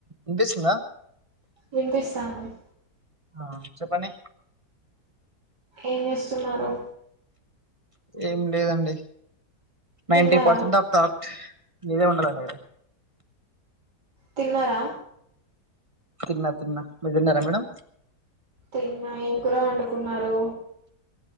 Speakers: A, on the right; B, on the right.
A: వినిపిస్తుందా
B: వినిపిస్తాంది
A: ఆ చెప్పండి
B: ఏం చేస్తున్నారు
A: ఏం లేదండి
B: తిన్నారా
A: నైంటీ పర్సెంట్ ఆఫాప్ మీరే ఉండాలంట కదా
B: తిన్నరా
A: తిన్నా తిన్నా మీరు తిన్నారా మేడం
B: తిన్నా ఏం కూర వండుకున్నారు